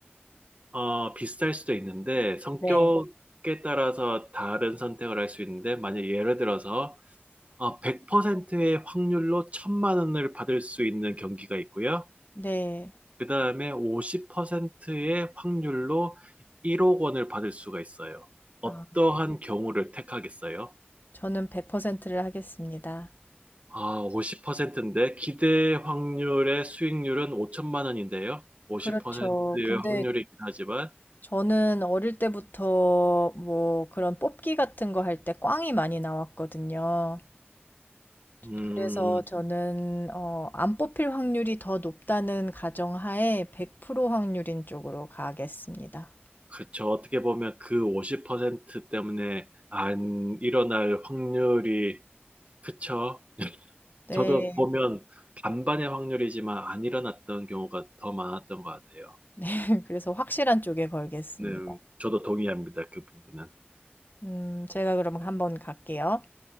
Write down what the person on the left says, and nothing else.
네.
네.
아,
저는 100%를 하겠습니다.
그렇죠. 근데
저는 어릴 때부터 뭐 그런 뽑기 같은 거 할 때 꽝이 많이 나왔거든요.
그래서 저는 어, 안 뽑힐 확률이 더 높다는 가정하에 100% 확률인 쪽으로 가겠습니다.
네.
<laughs> 그래서 확실한 쪽에 걸겠습니다.
음, 제가 그럼 한번 갈게요.